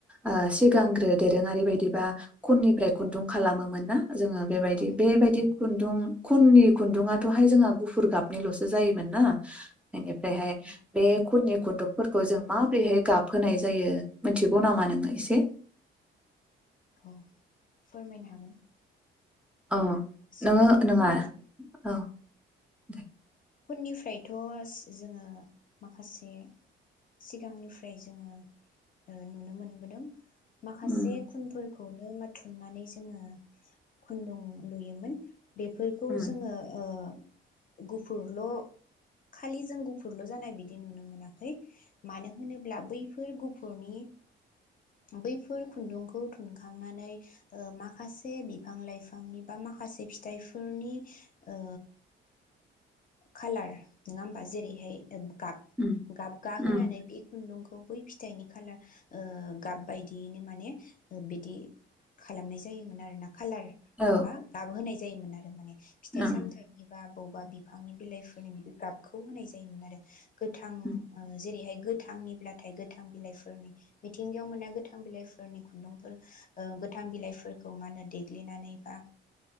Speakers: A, in the centre; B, on the left.
A: आ सिगांग्रो दोरोङारि बायदिबा खननिफ्राय खुन्दुं खालामोमोन ना जोङो बेबायदि
B: औ
A: बेबायदि खुन्दुं खननि खुन्दुाथ'हाय जोंहा गुफुर गाबनिल'सो जायोमोन ना बेनिफ्रायहाय बे खुननि खुन्दुंफोरखौ जों माब्रैहाय गाबहोनाय जायो मिथिगौ नामा नोङो एसे?
B: औ फोरमायनो हागोन
A: अ
B: जोंथ'
A: नोङो नङा
B: खननिफ्राय
A: अ । <unintelligible>
B: खुननिफ्रायथ' जोङो माखासे सिगांनिफ्राय जोङो नुनो मोनबोदों माखासे
A: उम
B: खुनफोर खौनो माथुमनानै जोङो खुन्दुं लुयोमोन बेफोरखौ
A: उम
B: जोङो ओ गुफ गुफुरल' खालि जों गुफुरल' जानाय बिदि नुनो मोनाखै मानो होनोब्ला बैफोर गुफुरनि बैफोर खुन्दुंखौ थुनखांनानै ओ माखासे बिफां लाइफांनि बा माखासे फिथाइफोरनि ओ खालार नङा होमबा जेरैहाय एम गाब
A: उम
B: गाबगा होनोनानै
A: उम
B: बे खुन्दुं खौ बै फिथाइनि खालार ओ गाब बायदियैनो माने बिदि खालामनाय जायोमोन आर ना । कालार
A: औ
B: माबा गाब होनाय जायोमोन आरो माने फिथाइ
A: ओं
B: सामथायनि बाब बौबा आंनि बिलाइफोरनि बिदि गाब खौ होनाय जायोमोन आरो । गोथां ओ
A: उम
B: जेरैहाय गोथांनिब्लाथाय गोथां बिलाइफोरनि मिथिंगायाव मोना गोथां बिलाइफोरनि खुन्दुंफोर ओ गोथां बिलाइफोरखौ मा होनो देग्लिनानै बा